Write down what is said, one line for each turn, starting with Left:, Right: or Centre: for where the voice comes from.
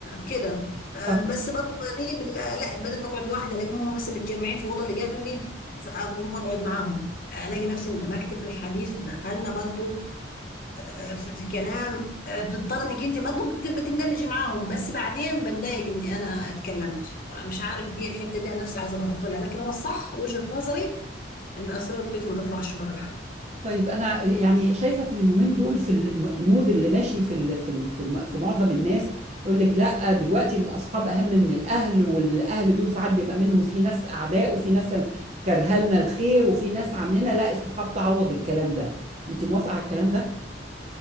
Left: كده آه
Right: اه
Left: بس برضه بلاقي بال- لا بدل ما اقعد لوحدي الاقيهم مثلا متجمعين في الاوضه اللي جنبي فاقوم اقعد معاهم الاقي نفسي اندمجت في الحديث ودخلنا برضه آه، في في كلام آه، بتضطر انك انت برضه بت- بتندمجي معاهم بس بعدين بتضايق اني انا اتكلمت فمش عارف دي الحته دي انا نفسي عايزه ابطلها لكن هو الصح وجهه نظري ان اسرار بيتي ما تطلعش بره لحد
Right: طيب انا يعني شايفه في اليومين دول في الم- المود اللي ماشي في ال- في ال- في م- في معظم الناس يقول لك لا دلوقتي الاصحاب اهم من الاهل والاهل دول ساعات بيبقى منهم في ناس اعداء وفي ناس كارهه لنا الخير وفي ناس عاملنا لا الصحاب تعوض الكلام ده انت موافقه على الكلام ده؟